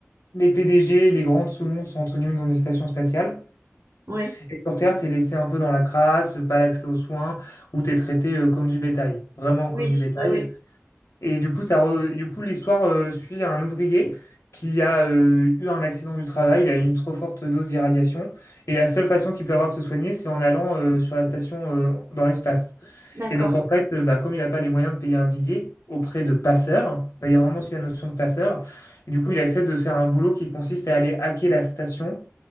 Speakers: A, on the left (about 75°); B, on the right (about 60°).
A: Les PDG, les grands de ce monde sont entre guillemets dans des stations spatiales.
B: Ouais.
A: Et sur Terre, t'es laissé un peu dans la crasse, pas l'accès aux soins, où t'es traité euh, comme du bétail, vraiment
B: Oui,
A: comme du bétail.
B: oui, oui.
A: Et du coup, ça re- du coup, l'histoire euh, suit un ouvrier qui a euh, eu un accident du travail, il a eu une trop forte dose d'irradiation. Et la seule façon qu'il peut avoir de se soigner, c'est en allant euh, sur la station euh, dans l'espace.
B: D'accord.
A: Et donc, en fait, euh, bah, comme il n'a pas les moyens de payer un billet auprès de passeurs, bah, il y a vraiment aussi la notion de passeur, et du coup, il accepte de faire un boulot qui consiste à aller hacker la station